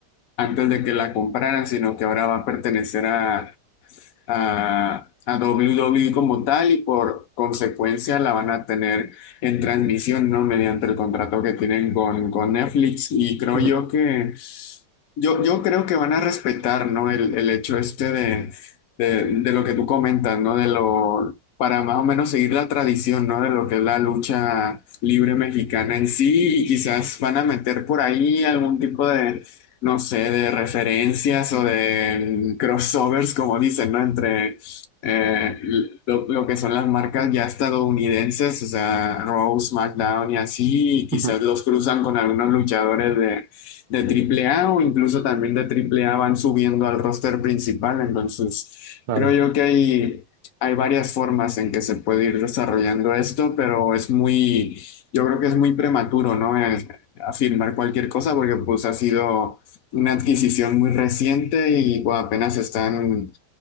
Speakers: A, on the left; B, on the right.
A: antes de que la compraran, sino que ahora va a pertenecer a, a, a WWE como tal y por consecuencia la van a tener en transmisión, ¿no? Mediante el contrato que tienen con, con Netflix y creo
B: Ujú,
A: yo que yo, yo creo que van a respetar, ¿no? El, el hecho este de, de, de lo que tú comentas, ¿no? De lo, para más o menos seguir la tradición, ¿no? De lo que es la lucha libre mexicana en sí y quizás van a meter por ahí algún tipo de no sé, de referencias o de mm, crossovers, como dicen, ¿no? Entre eh, lo, lo que son las marcas ya estadounidenses, o sea, Raw, SmackDown y así, y quizás
B: ujú.
A: los cruzan con algunos luchadores de, de Triple A o incluso también de Triple A van subiendo al roster principal, entonces
B: claro,
A: creo yo que hay... Hay varias formas en que se puede ir desarrollando esto, pero es muy, yo creo que es muy prematuro, ¿no? Es- afirmar cualquier cosa porque pues ha sido una adquisición muy reciente y bueno, apenas están,